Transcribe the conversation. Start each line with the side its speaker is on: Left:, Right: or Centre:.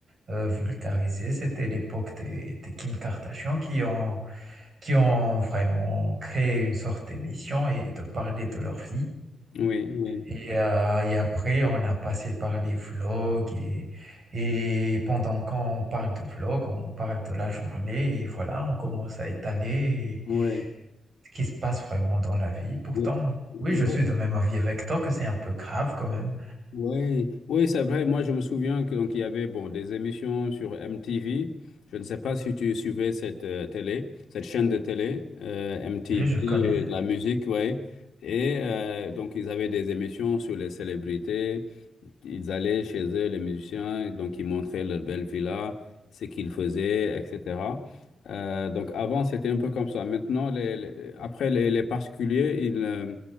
Right: euh, vulgarisé, c'était l'époque des, des Kim Kardashian qui ont qui ont vraiment créé une sorte d'émission et de parler de leur vie.
Left: Oui, oui,
Right: Et, euh, et après, on a passé par les vlogs et, et pendant qu'on parle de vlogs, on parle de la journée et voilà, on commence à étaler
Left: oui,
Right: ce qui se passe vraiment dans la vie. Pourtant,
Left: oui, oui,
Right: oui, je suis de même avis avec toi que c'est un peu grave quand même.
Left: oui, oui, c'est vrai. Moi, je me souviens que donc il y avait bon des émissions sur MTV. Je ne sais pas si tu suivais cette euh, télé, cette chaîne de télé euh, MTV,
Right: Oui, je connais.
Left: euh, de la musique, ouais. Et euh, donc ils avaient des émissions sur les célébrités. Ils allaient chez eux, les musiciens, donc ils montraient leur belle villa, ce qu'ils faisaient, etc. Euh, donc avant, c'était un peu comme ça. Maintenant, les, les- après, les, les particuliers, ils, euh,